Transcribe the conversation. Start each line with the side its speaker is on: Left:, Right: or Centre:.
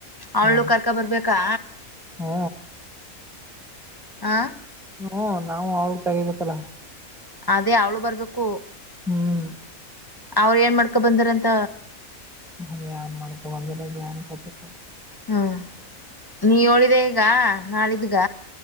Left: ಅವಳು
Centre: ಹಾ
Left: ಕರ್ಕ ಬರ್ಬೇಕಾ
Centre: ಹ್ಮ
Left: ಹಾ
Centre: ಹ್ಮ ನಾವು ಅವ್ರಗ್ ತಗಿಬೇಕಲ್ಲ
Left: ಅದೇ ಅವಳು ಬರ್ಬೇಕು
Centre: ಹ್ಮ್
Left: ಅವ್ರ ಏನ್ ಮಾಡ್ಕೊ ಬಂದಾರಂತ
Centre: ನ್ ಮಾಡ್ಕೊ ಬಂದ್ರ ಯಾನ್ ಕಥೆನೊ
Left: ಹ್ಮ ನೀ ಹೇಳಿದೆ ಈಗ ನಾಳಿದಗ